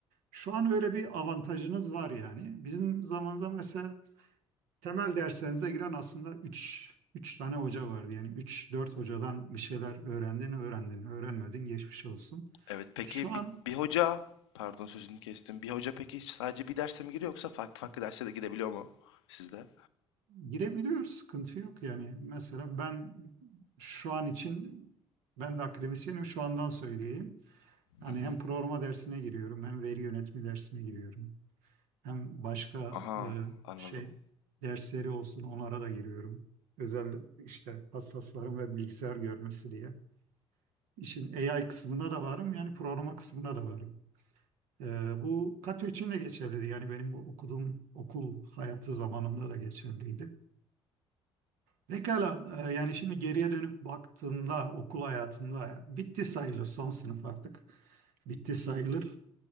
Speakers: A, on the right (about 70°); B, on the left (about 85°).
A: Şu an öyle bir avantajınız var yani. Bizim zamanımızda mesela temel derslerimize giren aslında üç üç tane hoca vardı. Yani 3 4 hocadan bir şeyler öğrendin, öğrendin, öğrenmedin geçmiş olsun.
B: Evet peki
A: Şu an
B: bir, bir hoca, pardon sözünü kestim. Bir hoca peki sadece bir derse mi giriyor yoksa farklı farklı derse de girebiliyor mu sizde?
A: Girebiliyor, sıkıntı yok yani. Mesela ben şu an için ben de akademisyenim şu andan söyleyeyim. Yani
B: Hı hı.
A: hem programa dersine giriyorum, hem veri yönetimi dersine giriyorum. Hem başka
B: Aha
A: e,
B: anladım.
A: şey dersleri olsun onlara da giriyorum. Özel işte hassasların ve bilgisayar görmesi diye. İşin AI kısmına da varım yani programa kısmına da varım. E, bu katı için de geçerliydi. Yani benim bu okuduğum okul hayatı zamanımda da geçerliydi. Pekala, e, yani şimdi geriye dönüp baktığında okul hayatında bitti sayılır son sınıf artık. Bitti sayılır.